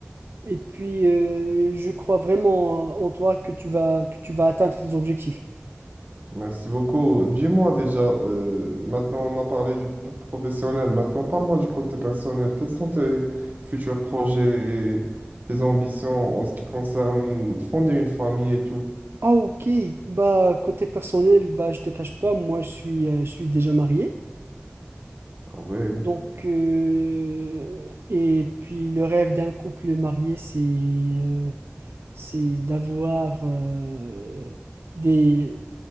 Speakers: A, on the right (about 70°); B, on the right (about 45°).
A: Et puis, euh, je crois vraiment en toi que tu vas, que tu vas atteindre tes objectifs.
B: merci beaucoup. Dis-moi déjà, euh, maintenant on a parlé du p- professionnel, maintenant parle-moi du côté personnel. Quels sont tes futurs projets et tes ambitions en ce qui concerne fonder une famille et tout?
A: Ah, ok. Bah, côté personnel, bah, je te cache pas, moi, je suis, euh, je suis déjà marié.
B: Ah ouais,
A: Donc, euh, et puis, le rêve d'un couple marié, c'est, euh, c'est d'avoir euh, des,